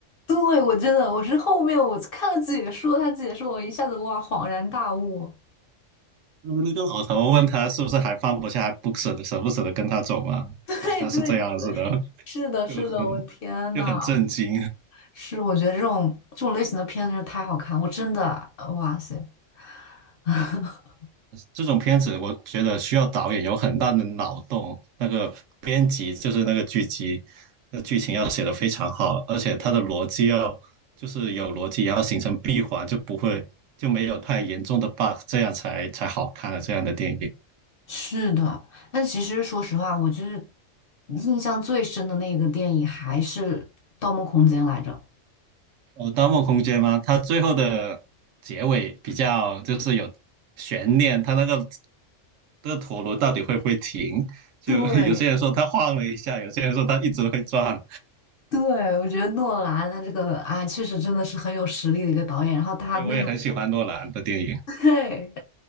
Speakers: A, on the left; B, on the right.
A: 对，我真的我是后面我看了解说，他解说我一下子哇恍然大悟，
B: 那个老头问他是不是还放不下，还不舍得，舍不舍得跟他走吗？
A: <laughs> 对对对，
B: 好像是这样子的，
A: 是的，
B: 就很
A: 是的，我天呐，
B: 就很震惊。
A: 是我觉得这种这种类型的片真是太好看，我真的哇塞，<laughs>
B: 这种片子，我觉得需要导演有很大的脑洞，那个编辑就是那个剧集，那剧情要写得非常好，而且它的逻辑要就是有逻辑，然后形成闭环，就不会就没有太严重的 bug，这样才才好看的这样的电影。
A: 是的，但其实说实话，我就是印象最深的那个电影还是《盗梦空间》来着。
B: 哦，《盗梦空间》吗？它最后的结尾比较就是有悬念，它那个这个陀螺到底会不会停？就
A: 对
B: <laughs> 有些人说它晃了一下，有些人说它一直会转，
A: 对，我觉得诺兰他这个啊，确实真的是很有实力的一个导演。然后他那种，
B: 对，我也很喜欢诺兰的电影，
A: <laughs> 对